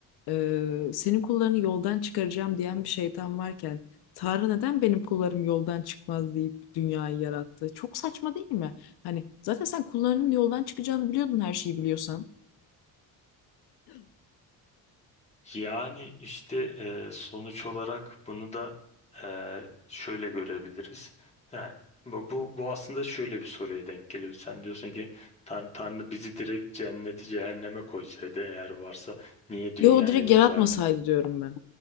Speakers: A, on the left; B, on the left.
A: e, senin kullarını yoldan çıkaracağım diyen bir şeytan varken Tanrı neden benim kullarım yoldan çıkmaz deyip dünyayı yarattı? Çok saçma değil mi? Hani zaten sen kullarının yoldan çıkacağını biliyordun her şeyi biliyorsan.
B: yani işte e, sonuç olarak bunu da e, şöyle görebiliriz. Yani bu, bu bu aslında şöyle bir soruya denk geliyor. Sen diyorsun ki Tan Tanrı bizi direkt cenneti cehenneme koysaydı eğer varsa niye dünyaya
A: Yo direkt
B: gönderdi?
A: yaratmasaydı diyorum ben.